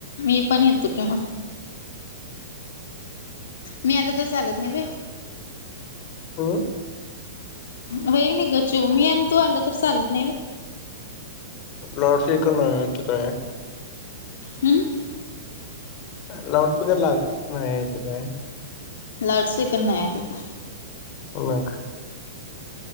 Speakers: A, on the left; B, on the left.
A: मी पण येतो कि मग. मी आलं तर चालत नाही होय.
B: हम्म
A: होय कनि ग चिऊ मी आणि तू आल तर चालत नाही होय.
B: लोड की नाय की काय?
A: हम्
B: लाऊडस्पीकर लागत नाही ते काय
A: लाऊडस्पिकर नाही तो.
B: मग.